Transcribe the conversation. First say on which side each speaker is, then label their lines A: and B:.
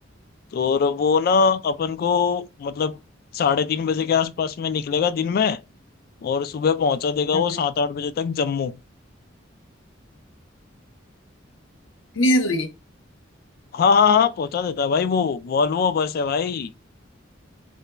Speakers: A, on the left (about 50°); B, on the left (about 85°).
A: तो और वो ना अपन को मतलब साढ़े तीन बजे के आसपास में निकलेगा दिन में और सुबह पहुंचा देगा
B: हम्म,
A: वो सात आठ बजे तक जम्मू
B: इतनी जल्दी
A: हाँ हाँ हाँ पहुंचा देता है भाई वो वॉल्वो बस है भाई